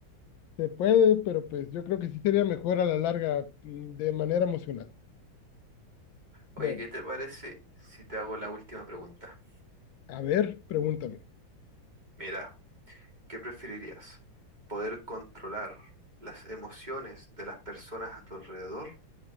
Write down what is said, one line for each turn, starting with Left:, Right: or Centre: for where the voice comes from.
Left: se puede, pero pues yo creo que sí sería mejor a la larga mm, de manera emocional.
Right: Oye,
Left: Bueno,
Right: ¿qué te parece si te hago la última pregunta?
Left: a ver, pregúntame.
Right: Mira, ¿qué preferirías? ¿Poder controlar las emociones de las personas a tu alrededor